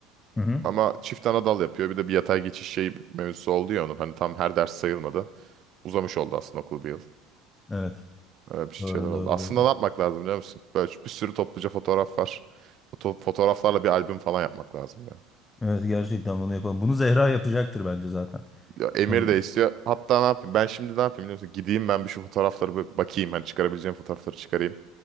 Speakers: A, on the left; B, on the right.
A: Hı hı.
B: Ama çift ana dal yapıyor. Bir de bir yatay geçiş şey mevzusu oldu ya onun. Hani tam her ders sayılmadı. Uzamış oldu aslında okul bir yıl.
A: Evet.
B: Öyle bir şeyler
A: Doğru
B: oldu.
A: doğru
B: Aslında
A: doğru.
B: ne yapmak lazım biliyor musun? Böyle bir sürü topluca fotoğraf var. Bu to- fotoğraflarla bir albüm falan yapmak lazım ya.
A: Evet gerçekten bunu yapalım. Bunu Zehra yapacaktır bence zaten.
B: Ya Emir
A: Tamam.
B: de istiyor. Hatta ne yapayım? Ben şimdi ne yapayım biliyor musun? Gideyim ben bir şu fotoğrafları bir bakayım. Hani çıkarabileceğim fotoğrafları çıkarayım.